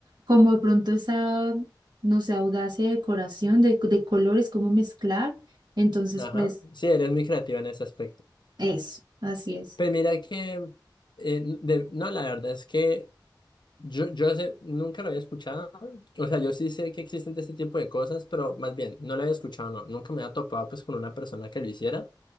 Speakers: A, on the right; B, on the left.
A: como de pronto esa, no sé, audacia de decoración, de, de colores, cómo mezclar. Entonces,
B: Ajá,
A: pues
B: sí, eres muy creativa en ese aspecto.
A: eso, así es.
B: Pues mira que, eh, de- no, la verdad es que... Yo, yo hace- nunca lo había escuchado. O sea, yo sí sé que existen este tipo de cosas, pero más bien, no lo había escuchado, no. Nunca me había topado pues con una persona que lo hiciera.